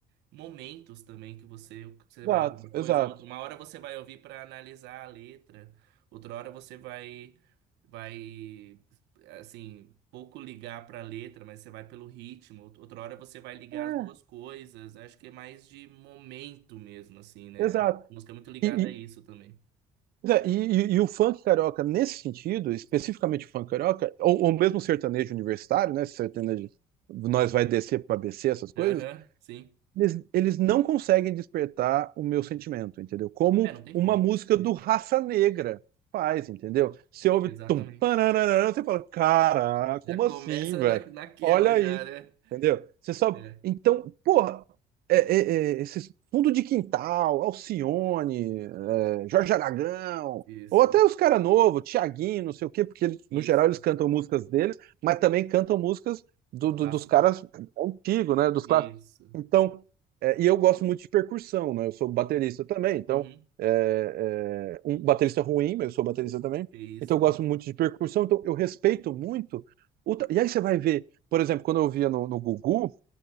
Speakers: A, on the right; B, on the right.
A: momentos também que você, que você
B: exato,
A: vai ouvir uma
B: exato.
A: coisa ou outra. Uma hora você vai ouvir para analisar a letra, outra hora você vai vai assim, pouco ligar para a letra, mas você vai pelo ritmo. Out- Outra hora você vai ligar
B: É,
A: as duas coisas. Acho que é mais de momento mesmo assim, né?
B: exato.
A: A música é muito ligada
B: E, e,
A: a isso também.
B: é, e, e- e o funk carioca, nesse sentido, especificamente o funk carioca, ou, ou mesmo o sertanejo universitário, né? Esse Sertanejo, nós vai descer para BC, essas coisas
A: Aham, sim.
B: eles, eles não conseguem despertar o meu sentimento, entendeu? Como
A: É, não tem
B: uma
A: como.
B: música
A: Isso,
B: do Raça Negra faz, entendeu? Você ouve
A: Exatamente.
B: tum, pananana, você fala, cara,
A: Já
B: como
A: começa
B: assim, velho?
A: na, naquela
B: Olha
A: já,
B: isso,
A: né?
B: entendeu? Você só.
A: É,
B: Então, porra, é, é, é, esses fundo de quintal, Alcione, é, Jorge Aragão,
A: isso.
B: ou até os cara novo, Thiaguinho, não sei o quê, porque eles-
A: Isso.
B: no geral eles cantam músicas deles, mas também cantam músicas do,
A: Clássicos.
B: do- dos caras antigos, né? Dos
A: Isso.
B: clássicos. Então, é, e eu gosto muito de percussão, né? Eu sou baterista também, então
A: Uhum.
B: é, é, um baterista ruim, mas eu sou baterista também.
A: Que isso,
B: Então eu gosto
A: é?
B: muito de percussão, então eu respeito muito. o tra- E aí você vai ver, por exemplo, quando eu via no, no Gugu,